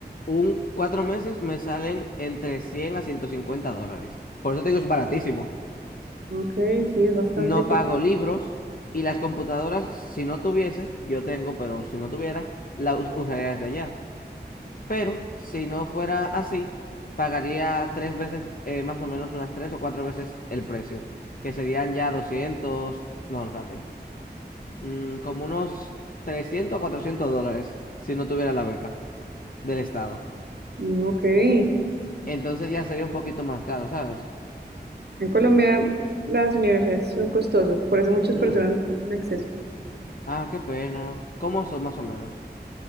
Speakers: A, on the left; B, on the right.
A: Un cuatro meses me salen entre 100 a 150 dólares. Por eso te digo, es baratísimo.
B: Ok, sí, es bastante.
A: No
B: eco-
A: pago libros y las computadoras, si no tuviese, yo tengo, pero si no tuviera, las usaría desde allá. Pero si no fuera así, pagaría tres veces, eh, más o menos unas tres o cuatro veces el precio, que serían ya 200 no, espérate, mm, como unos 300 a 400 dólares si no tuviera la beca del Estado.
B: Ok, en
A: Entonces ya sería un poquito más caro, ¿sabes?
B: Colombia las universidades son costosas, por eso muchas
A: Mm,
B: personas no tienen acceso.
A: Ah, qué pena. ¿Cómo son más o menos?